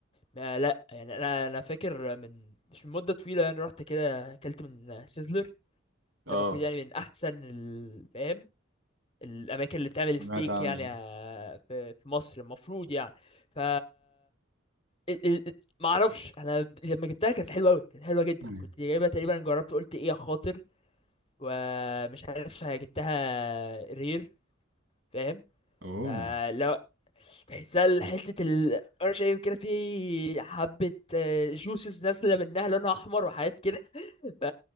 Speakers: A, on the left; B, on the right.
A: ما لا يعني انا انا فاكر من مش من مدة طويلة يعني رحت كده اكلت من سيزلر
B: اه
A: ده المفروض يعني من احسن الفهم الاماكن اللي بتعمل
B: سمعت
A: ستيك
B: عنه
A: يعني آه، في في مصر المفروض يعني ف ال- ال- ال- ما اعرفش انا لما جبتها كانت حلوه قوي كانت حلوه جدا
B: مم.
A: كنت جايبها تقريبا جربت قلت ايه يا خاطر ومش عارف جبتها رير فاهم
B: اوه
A: فلو تحسها حته انا شايف كده في حبه جوسز نازله منها لونها احمر وحاجات كده ف